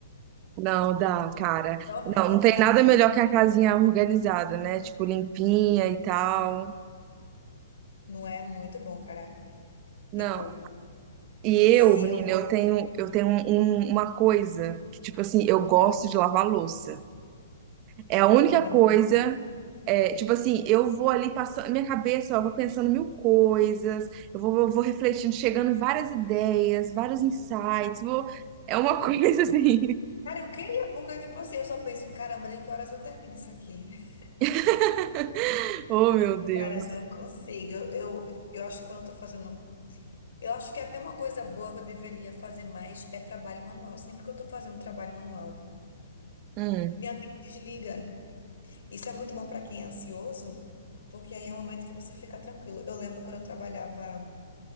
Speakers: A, on the right; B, on the left.
A: Não, dá, cara.
B: Dá uma vontade.
A: Não, não tem
B: de-
A: nada melhor que a casinha organizada, né? Tipo, limpinha e tal.
B: Não é muito bom, cara.
A: Não.
B: Tipo,
A: E
B: se
A: eu, menina,
B: eu.
A: eu tenho, eu tenho um- um, uma coisa que, tipo assim, eu gosto de lavar louça. É a única
B: Nossa.
A: coisa, é, tipo assim, eu vou ali passando, minha cabeça, ó, eu vou pensando mil coisas, eu vou, eu vou refletindo, chegando várias ideias, vários insights, vou- é uma <laughs> coisa assim.
B: Cara, eu queria, porque, tipo assim, eu só penso, caramba, de que horas eu termino isso aqui? <laughs>
A: <laughs> Oh, meu Deus.
B: Cara, não consigo. Eu, eu, eu acho que quando eu tô fazendo. Eu acho que até uma coisa boa que eu deveria fazer mais é trabalho manual. Sempre que eu tô fazendo trabalho manual,
A: Hum.
B: minha mente desliga. Isso é muito bom pra quem é ansioso, porque aí é um momento que você fica tranquilo. Eu lembro quando eu trabalhava,